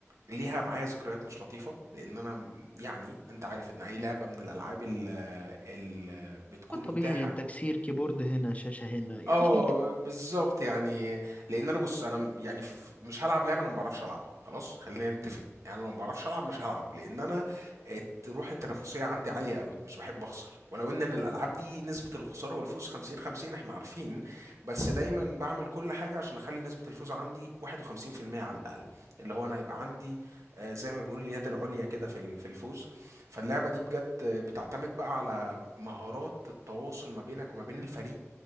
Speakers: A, on the right; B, on the left.
A: ليها معايا ذكريات مش لطيفة لأن أنا م- يعني أنت عارف إن أي لعبة من الألعاب اللي بتكون
B: آه، طبيعي
A: متاحة
B: تكسير كيبورد هنا شاشة هنا يعني
A: اه بالظبط يعني لان انا بص انا م- يعني ف- مش هلعب لعبه انا ما بعرفش العبها خلاص خلينا نتفق
B: <laughs> مم.
A: يعني انا لو ما بعرفش العب مش هلعب لان انا الت- روح التنافسيه عندي عاليه قوي مش بحب اخسر ولو ان إن الالعاب دي نسبه الخساره والفوز 50 50 احنا عارفين بس دايما بعمل كل حاجه عشان اخلي نسبه الفوز عندي 51% على الاقل اللي هو انا هيبقى عندي آه، زي ما بنقول اليد العليا كده في ال- في الفوز فاللعبه دي بجد بتعتمد بقى على مهارات التواصل ما بينك وما بين الفريق